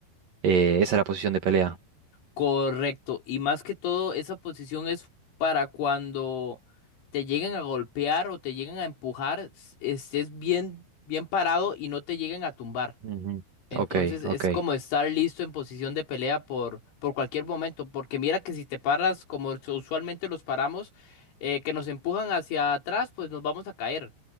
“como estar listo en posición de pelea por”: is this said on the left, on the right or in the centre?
Left